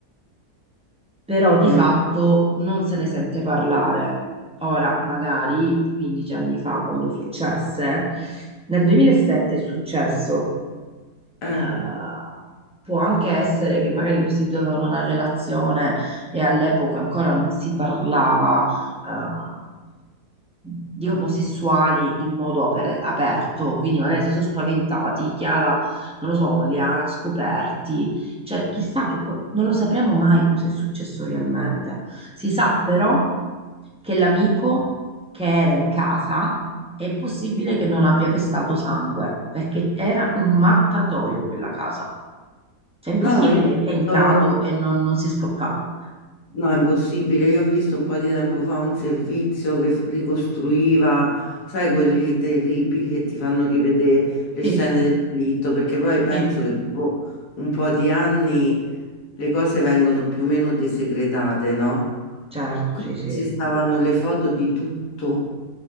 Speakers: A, in the centre; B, on the left.
A: però di
B: mm,
A: fatto non se ne sente parlare. Ora, magari 15 anni fa, quando successe, nel 2007 è successo,
B: eh.
A: eh, può anche essere che magari questi due avevano una relazione e all'epoca ancora non si parlava, eh, di omosessuali in modo aper- aperto, quindi magari si sono spaventati, Chiara, non lo so, li ha scoperti, cioè chissà che co- non lo sapremo mai cosa è successo realmente. Si sa però che l'amico che era in casa è impossibile che non abbia pestato sangue, perché era un mattatoio quella casa. Cioè, è impossibile
B: No, io...
A: che è entrato e non, non si è sporcato.
B: No, è impossibile. Io ho visto un po' di tempo fa un servizio che f- ricostruiva, sai, quelli terribili che ti fanno rivedere le
A: Sì,
B: scene del delitto, perché poi penso
A: sì,
B: che dopo un po' di anni le cose vengono più o meno desecretate, no?
A: certo,
B: Quindi
A: sì, sì.
B: ci stavano le foto di tutto.